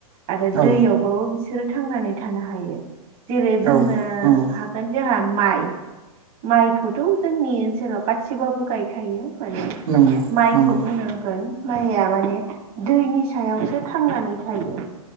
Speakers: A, on the right; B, on the right.
A: आरो
B: औ
A: दैयाव बिसोरो थांनानै थानो हायो जेरै बुंनो
B: नंगौ
A: ह ओंनो जोंहा माइ माइखौथ' जोंनि ओनसोलाव गासिबो गायखायो माने
B: नंगौ
A: माइखौ
B: नंगौ
A: बुंनोहोगोन माइया माने दैनि सायावसो थांनानै थायो